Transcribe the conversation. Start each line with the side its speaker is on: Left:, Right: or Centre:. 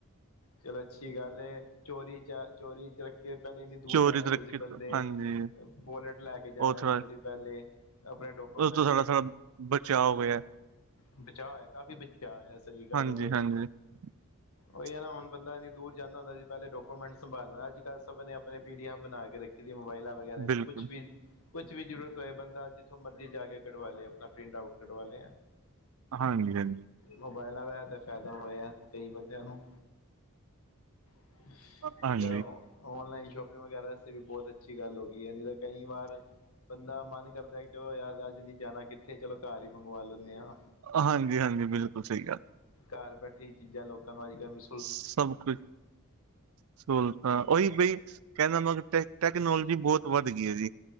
Left: ਚਲੋ ਅੱਛੀ ਗੱਲ ਹੈ ਚੋਰੀ ਚ ਚੋਰੀ ਚ ਕਿ ਪਹਿਲੇ ਇੰਨੀ ਦੂਰ
Right: ਚੋਰੀ
Left: ਜਾਂਦੇ
Right: ਤਰੱਕੀ
Left: ਹੁੰਦੇ ਸੀ ਬੰਦੇ
Right: ਹਾਂਜੀ
Left: ਵੋਲਟ ਲੈ ਕੇ ਜਾਣੇ
Right: ਉਹ
Left: ਹੁੰਦੇ
Right: ਥੋੜਾ
Left: ਸੀ ਪਹਿਲੇ ਆਪਣੇ ਡੋਕੂਮੈਂਟਸ
Right: ਉਸ ਤੋਂ ਸਾਡਾ ਸਾ ਬਚਾਅ ਹੋਇਆ
Left: ਬਚਾਅ ਹੋਇਆ ਕਾਫ਼ੀ ਬਚਾਅ ਹੋਇਆ ਸਹੀ ਗੱਲ
Right: ਹਾਂਜੀ
Left: ਹੈ ਤੁਹਾਡੀ
Right: ਹਾਂਜੀ <inaudible>
Left: ਉਹੀ ਹੈ ਨਾ ਹੁਣ ਬੰਦਾ ਇੰਨੀ ਦੂਰ ਜਾਂਦਾ ਹੁੰਦਾ ਸੀ ਪਹਿਲੇ ਡੋਕੂਮੈਂਟ ਸੰਭਾਲੈਂਣਾ ਅੱਜ ਕੱਲ ਸਭ ਨੇ ਆਪਣੇ ਪੀ ਡੀ ਐਫ ਬਣਾ ਕੇ ਰੱਖੀ ਕੀ ਦੀ ਮੋਬਾਇਲਾਂ ਵਗੈਰਾ ਚ
Right: ਬਿਲਕੁਲ
Left: ਕੁੱਛ ਵੀ ਕੁੱਛ ਵੀ ਜਰੂਰਤ ਹੋਏ ਬੰਦਾ ਜਿੱਥੋਂ ਮਰਜ਼ੀ ਜਾ ਕੇ ਕਢਵਾ ਲੇ ਆਪਣਾ ਪ੍ਰਿੰਟ ਆਊਟ ਕਢਵਾ ਲੇ
Right: ਹਾਂਜੀ ਹਾਂਜੀ
Left: ਮੋਬਾਇਲਾਂ ਦਾ ਐ ਤੇ ਫ਼ਾਇਦਾ ਹੋਇਆ ਕਈ ਬੰਦਿਆਂ ਨੂੰ <unintelligible>
Right: ਹਾਂਜੀ
Left: ਔਨਲਾਈਨ ਸ਼ੋਪਿੰਗ ਵਗੈਰਾ ਵਾਸਤੇ ਵੀ ਬੋਤ ਅੱਛੀ ਗੱਲ ਹੋ ਗਈ ਹੈ ਨਹੀਂ-ਤੇ ਕਈ ਵਾਰ ਬੰਦਾ ਮਨ ਕਰਦਾ ਕਿ ਚਲੋ ਯਾਰ ਅੱਜ ਨੀ ਜਾਣਾ ਕਿੱਥੇ ਚਲੋ ਘਰ ਹੀ ਮੰਗਵਾ ਲੈਂਨੇ ਆ
Right: ਹਾਂਜੀ ਹਾਂਜੀ ਬਿਲਕੁਲ ਸਹੀ ਗੱਲ
Left: ਘਰ ਬੈਠੇ ਹੀ ਚੀਜ਼ਾਂ ਲੋਕਾਂ ਨੂੰ ਅੱਜ ਕੱਲ ਮਿ
Right: ਸਭ ਕੁਛ ਸੂਲ ਤਾਂ ਉਹੀ ਬਈ ਕਹਿੰਨ ਦਾ ਮਤਲ ਟੈ ਟੈਕਨੋਲੋਜੀ ਬੋਤ ਵੱਧ ਗਈ ਹੈ ਜੀ